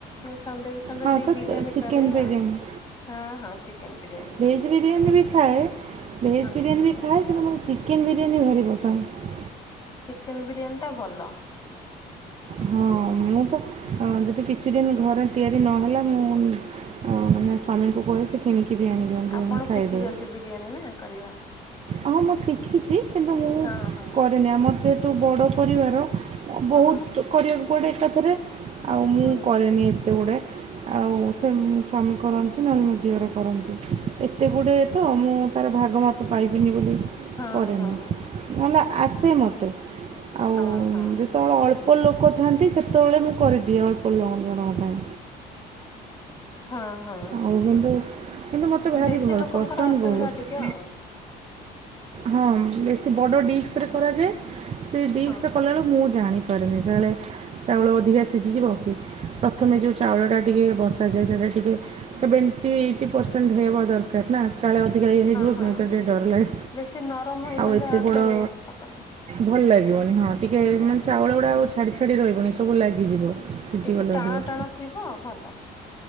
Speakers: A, on the left; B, on the right.
A: ମୁଁ ସଣ୍ଡେକୁ ସଣ୍ଡେ
B: ହଁ
A: ଟିକେ
B: ସାର୍
A: ବିରିୟାନୀ
B: ଚିକେନ୍
A: କରେ
B: ବିରିୟାନୀ
A: ଆଉ, ହଁ ହଁ ଚିକେନ ବିରିୟାନୀ।
B: ଭେଜ୍ ବିରିୟାନୀ ବି ଖାଏ, ଭେଜ୍
A: ହଁ
B: ବିରିୟାନୀ
A: ହଁ।
B: ବି ଖାଏ, କିନ୍ତୁ ମୋର ଚିକେନ୍ ବିରିୟାନୀ ଭାରି ପସନ୍ଦ।
A: ଚିକେନ ବିରିୟାନୀ ଟା ଭଲ।
B: ହଁ ମୁଁ ତ ଯଦି କିଛି ଦିନ ଘରେ ତିଆରି ନହେଲା ମୁଁ ତ ମାନେ ସ୍ୱାମୀଙ୍କୁ କୁହେ ସେ କିଣିକି ବି ଆଣିଦିଅନ୍ତି
A: ଆପଣ
B: ଆମେ ଖାଇଦଉ।
A: ଶିଖିଛନ୍ତି ବିରିୟାନୀ ନା କରିବ।
B: ହଁ ମୁଁ ଶିଖିଛି କିନ୍ତୁ ମୁଁ
A: ହଁ ହଁ।
B: କରେନି, ଆମର ଯେହେତୁ ବଡ଼ ପରିବାର।
A: ହଁ
B: ବହୁତ କରିବାକୁ ପଡ଼େ ଏକାଥରେ, ଆଉ ମୁଁ
A: ହଁ
B: କରେନି ଏତେ ଗୁଡେ ଆଉ ସେ ସ୍ୱାମୀ କରନ୍ତି, ନହେଲେ ମୋ ଦିଅର କରନ୍ତି, ଏତେ ଗୁଡ଼ିଏ ତ ମୁଁ ତାର ଭାଗ ମା ପାଇବିନି ବୋଲି
A: ହଁ
B: କରେନି
A: ହଁ।
B: ନହେଲେ ଆସେ ମୋତେ ଆଉ
A: ହଁ ହଁ
B: ଯେତେବେଳେ ଅଳ୍ପ ଅଳ୍ପ ଲୋକ ଥାଆନ୍ତି ସେତେବେଳେ ମୁଁ କରିଦିଏ ଅଳ୍ପ ଲ ଜଣଙ୍କ ପାଇଁ
A: ହଁ ହଁ
B: ଆଉ କିନ୍ତୁ କିନ୍ତୁ ମୋତେ ଭାରି
A: ବେଶୀ
B: ଭଲ
A: ଲୋକଙ୍କର
B: ପସନ୍ଦ
A: ଅସୁବିଧା
B: ବହୁତ
A: ଟିକେ ଆଉ <inaudible>
B: ହଁ ବେଶୀ ବଡ ଡିଶ୍ ରେ କରାଯାଏ ସେ ଡିସରେ
A: ହଁ ହଁ
B: କଲାଏଳକୁ ମୁଁ ଜାଣିପାରେନି କାଳେ ଚାଉଳ ଅଧିକା ସିଝିଯିବ କି ପ୍ରଥମେ ଯେଉ ଚାଉଳଟା ଟିକେ ବସାଯାଏ ସେଇଟା ଟିକେ ସେଭେଣ୍ଟି ଏଇଟି ପରସେଣ୍ଟ ହେବା ଦରକାର ନା କାଳେ ଅଧିକା ଇଏ ହେଇଯିବ
A: ହଁ
B: କି ମୋତେ
A: ହଁ।
B: ଟିକେ ଡର ଲାଗେ
A: ବେଶୀ ନରମ ହେଇଗଲେ
B: ଆଉ ଏତେ ବଡ଼
A: ଫେରେ ହବନି
B: ଭଲ ଲାଗିବନି ହଁ ଟିକେ
A: ହଁ
B: ମାନେ
A: ହଁ।
B: ଚାଉଳ ଗୁଡା ଆଉ ଛାଡ଼ି ଛାଡ଼ି ରହିବନି ସବୁ ଲାଗିଯିବ। ସିଝିଗଲେ
A: ଟିକେ ଟାଣ
B: ଅଧିକା।
A: ଟାଣ ଥିବ ଭଲ